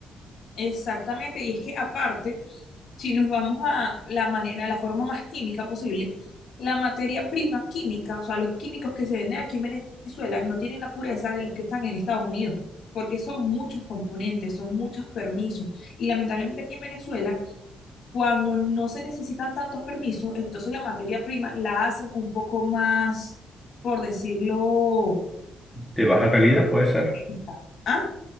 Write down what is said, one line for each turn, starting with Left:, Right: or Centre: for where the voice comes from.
Left: Exactamente, y es que aparte, si nos vamos a la manera, a la forma más química posible, la materia prima química, o sea, los químicos que se venden aquí en Venezuela no tienen la pureza de los que están en Estados Unidos, porque son muchos componentes, son muchos permisos. Y lamentablemente aquí en Venezuela, cuando no se necesitan tantos permisos, entonces la materia prima la hacen un poco más, por decirlo,
Centre: De baja calidad puede ser.
Left: está, ¿ah?